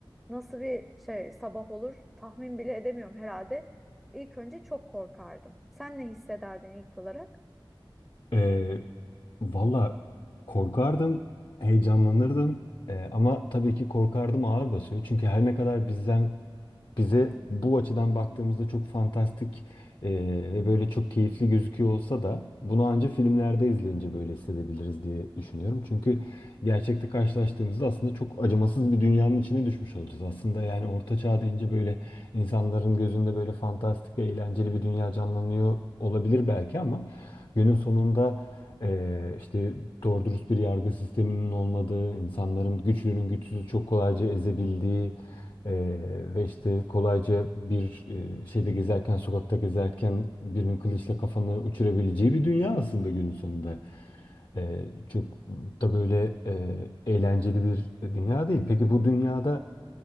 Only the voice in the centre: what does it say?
nasıl bir şey sabah olur tahmin bile edemiyorum herhalde. İlk önce çok korkardım. Sen ne hissederdin ilk olarak?